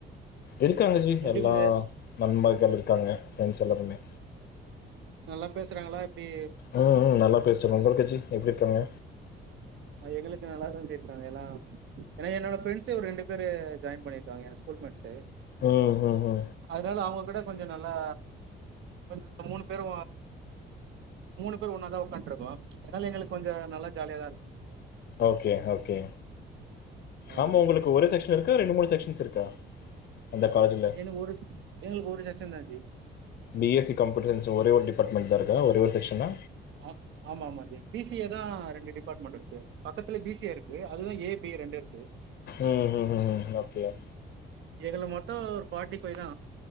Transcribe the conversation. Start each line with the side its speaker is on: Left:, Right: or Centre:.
Left: இருக்குறாங்க ஜி
Right: எப்டி
Left: எல்லா
Right: கொஞ்ச
Left: நம்மகள் இருக்காங்க ஃப்ரெண்ட்ஸ் எல்லாருமே
Right: நல்லா பேசறாங்ளா எப்டி
Left: ம் ம் நல்லா பேசறாங்க உங்களுக்கு ஜி எப்டி இருக்காங்க
Right: அ எங்களுக்கு நல்லாதா ஜி இருக்கறாங்க எல்லா ஏனா என்னோட ஃப்ரெண்ட்ஸே ஒரு ரெண்டு பேரு ஜாயின் பண்ணிருக்காங்க எங்க ஸ்கூல் மெட்ஸு
Left: ம் ம் ம்
Right: அதனால அவுங்க கூட கொஞ்சோ நல்லா ஒரு நாங்க மூணு பேரு மூணு பேரு ஒன்னாதா உக்கான்ட்ருக்கோ அதனால எங்களுக்கு கொஞ்சோ நல்லா ஜாலியா தா இருக்
Left: ஓகே ஓகே
Right: ஆ
Left: ஆமா ஒங்களுக்கு ஒரு செக்க்ஷன் இருக்கா ரெண்டு மூணு செக்க்ஷன்ஸ் இருக்கா அந்த <unintelligible>
Right: எனக் ஒரு எங்களுக்கு ஒரு செக்க்ஷன் தா ஜி
Left: B S C computer science ஒரே ஒரு டிபார்ட்மெண்ட் தா இருக்கா ஒரே ஒரு செக்க்ஷனா
Right: ஆம் ஆமா ஆமா ஜி பி சி ஏ தா ரெண்டு டிபார்ட்மெண்ட் இருக்கு பக்கத்துல பி சி ஏ இருக்கு அதுலதா ஏ பி ரெண்டு இருக்கு
Left: ம் ம் ம் ம் ஓகே ஓகே
Right: எதுள மொத்தோ ஒரு ஃபார்ட்டி ஃபைவ் தா